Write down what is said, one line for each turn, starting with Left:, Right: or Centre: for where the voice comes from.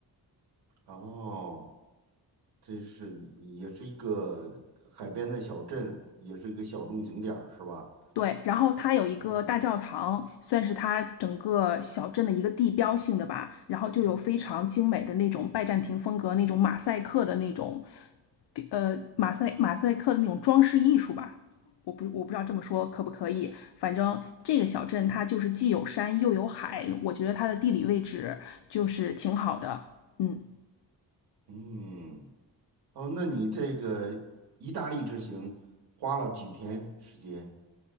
Right: 哦，这是也是一个海边的小镇，也是一个小众景点儿，是吧？
Left: 对，然后它有一个大教堂，
Right: 嗯
Left: 算是它整个小镇的一个地标性的吧。然后就有非常精美的那种拜占庭风格、那种马赛克的那种，呃，马赛马赛克的那种装饰艺术吧。我不我不知道这么说可不可以，反正这个小镇它就是既有山又有海，我觉得它的地理位置就是挺好的。嗯。
Right: 嗯，哦，那你这个意大利之行花了几天时间？